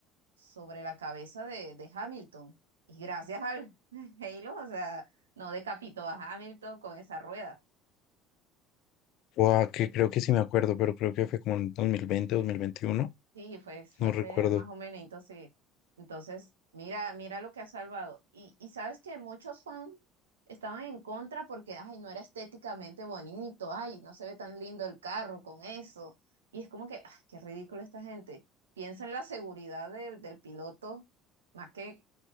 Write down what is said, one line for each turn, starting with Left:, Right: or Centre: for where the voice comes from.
Right: sobre la cabeza de, de Hamilton. Y gracias al <laughs> Halo, o sea, no decapitó a Hamilton con esa rueda.
Left: O que creo que sí me acuerdo, pero creo que fue como en 2020, 2021.
Right: Sí, fue, fue
Left: No
Right: ese
Left: recuerdo.
Right: más o menos. Entonces, entonces mira, mira lo que ha salvado. Y, y sabes que muchos fans estaban en contra porque, ay, no era estéticamente bonito, ay, no se ve tan lindo el carro con eso. Y es como que, ay, qué ridículo esta gente. Piensa en la seguridad del, del piloto más que